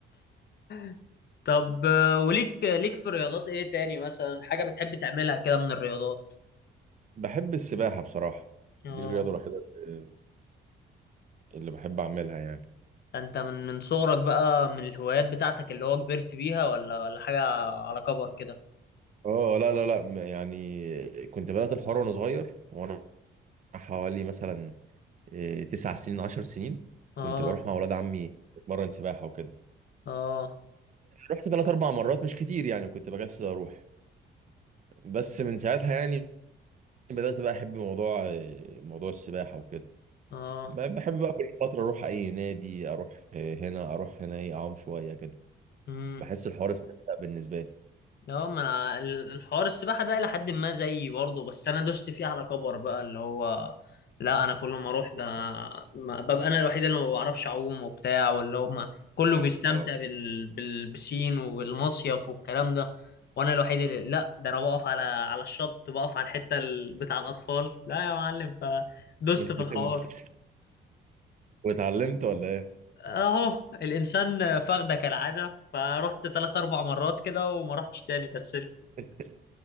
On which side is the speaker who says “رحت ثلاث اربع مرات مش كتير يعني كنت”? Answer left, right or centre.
Right